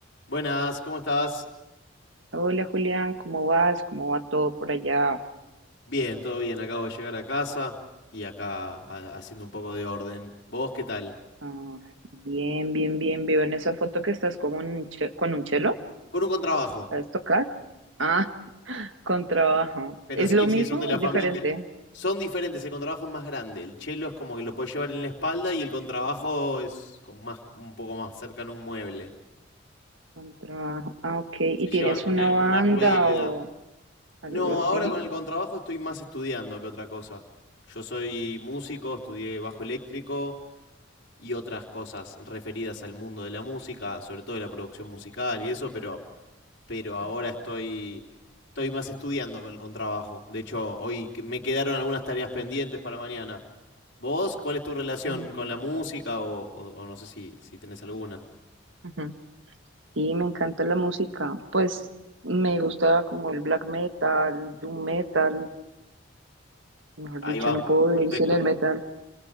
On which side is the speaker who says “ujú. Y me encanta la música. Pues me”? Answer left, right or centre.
Right